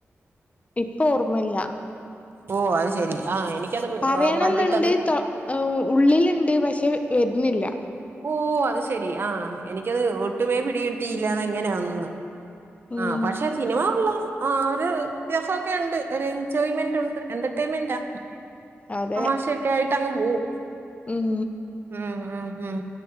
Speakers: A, on the left (about 30°); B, on the right (about 50°).
A: ഇപ്പൊ ഓർമ്മല്ല.
B: ഓഹ് അത് ശെരി ആ എനിക്കത്
A: പറയണംന്നുണ്ട്
B: കണ്ടിട്ടത്.
A: തൊ ഉള്ളിലുണ്ട് പക്ഷെ വരുന്നില്ല
B: ഓ അത് ശെരി ആഹ് എനിക്കത് ഒട്ട ഒട്ടുമേ പിടികിട്ടിയില്ലാ അത് എങ്ങനെ ആണെന്ന്
A: ഉം
B: ആഹ് പക്ഷെ സിനിമ ഉള്ള ആ ഒരു വ്യത്യാസൊക്കെ ണ്ട് ഒരു എൻജോയ്മെന്റ് ഉണ്ട് എന്റർടൈൻമെന്റാ
A: അതെ
B: അമാശയൊക്കെ ആയിട്ട് അങ് പോം.
A: ഉം
B: ഉം ഉം ഉം